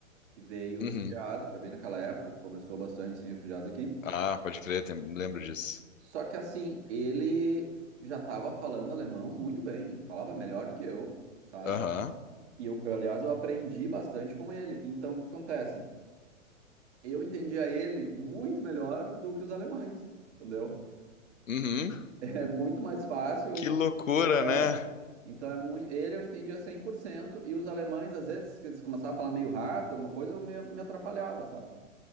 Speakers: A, on the right; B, on the left.
A: que veio
B: uhum.
A: refugiado. Foi bem naquela época que começou bastante sem refugiados aqui.
B: Ah, pode crer, tem- lembro disso.
A: Só que assim, ele já estava falando alemão muito bem, ele falava melhor do que eu, sabe?
B: Aham,
A: E eu, eu, aliás, eu aprendi bastante com ele. Então, o que acontece? Eu entendia ele muito melhor do que os alemães, entendeu? <laughs>
B: uhum.
A: É muito mais fácil.
B: Que loucura,
A: É.
B: né?
A: Então, é muito, ele eu entendia 100% e os alemães, às vezes, que eles começavam a falar meio rápido, alguma coisa, eu me, me atrapalhava, sabe?